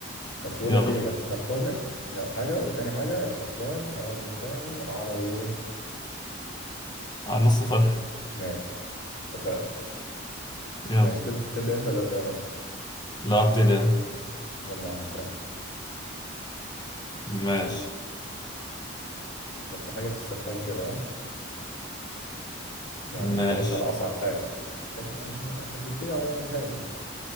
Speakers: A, on the left (about 85°); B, on the left (about 20°).
A: بس بقول
B: يلا
A: لك إيه ما تخ- ما تخمش ده أول حاجة وتاني حاجة الخسران هيعزم التاني على إيه
B: على نص فرخه
A: ماشي اتفقنا
B: يلا
A: ماشي تب- تبدأ أنت ولا أبدأ أنا
B: لا ابتدي أنا.
A: يلا يا عم اسألني
B: ماشي
A: بس حاجة في السخان كده ها؟ يعني ما
B: ماشي
A: تدورش على أصعب حاجة بس يعني إحنا بنبتدي على الهادي